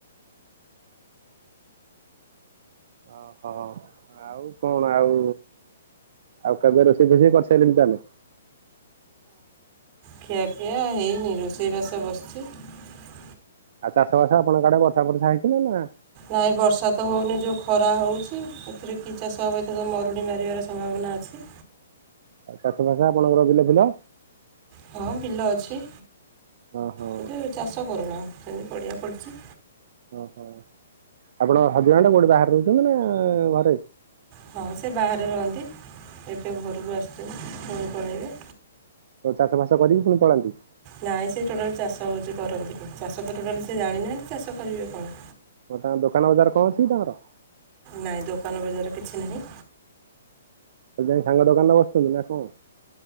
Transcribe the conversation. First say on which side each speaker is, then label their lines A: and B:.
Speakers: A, on the right (about 55°); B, on the right (about 30°).
A: ଓହୋ ଆଉ କଣ ଆଉ ଆଉ କେବେ ରୋଷେଇ ରୋଷେଇ କରିସାରିଲଣି ତାହେଲେ
B: ଖିଆ ପିଆ ହେଇନି ରୋଷେଇ ବାସ ବସିଛି ସି
A: ଆଉ ଚାଷ ବାସ ଆପଣଙ୍କ ଆଡେ ବର୍ଷା ଫର୍ଷା ହେଇ <unintelligible>
B: ନାଇଁ ବର୍ଷା ତ ହଉନି ଯୋଉ ଖରା ହଉଛି ଏଥିରେ କି ଚାଷ ହେବ ଏଥର ମରୁଡ଼ି ମାରିବାର ସମ୍ଭାବନା ଅଛି।
A: ଆଉ ଚାଷ ଵାସ ଆପଣଙ୍କର ବିଲ ଫିଲ।
B: ହଁ ବିଲ ଅଛି।
A: ଓହୋ
B: କିନ୍ତୁ ଚାଷ କରୁନା। ସେମିତି ପଡିଆ ପଡିଛି।
A: ଓହୋ ଆପଣ ହଜବ୍ୟାଣ୍ଡ୍ କୋଉଠି ବାହାରେ ରହୁଛନ୍ତି ନା ଘରେ।
B: ହଁ ସେ ବାହାରେ ରହନ୍ତି ଏବେ ଘରକୁ ଆସିଛନ୍ତି ପୁଣି ପଳେଇବେ।
A: ତ ଚାଷ ବାସ କରିକି ପୁଣି ପଳାନ୍ତି।
B: ନାଇଁ ସେ ଚୋଟାଲି ଚାଷ ହଉଛି କରନ୍ତି। ଚାଷ ତ ଟୋଟାଲି ସେ ଜାଣିନାହାନ୍ତି ଚାଷ କରିବେ କଣ?
A: ତ ତାଙ୍କ ଦୋକାନ ବଜାର କଣ ଅଛି କି ତାଙ୍କର।
B: ନାଇଁ ଦୋକାନ ବଜାର କିଛି ନାହିଁ।
A: ଖାଲି ଯାଇ ସାଙ୍ଗ ଦୋକାନରେ ବସୁଛନ୍ତି ନା କଣ?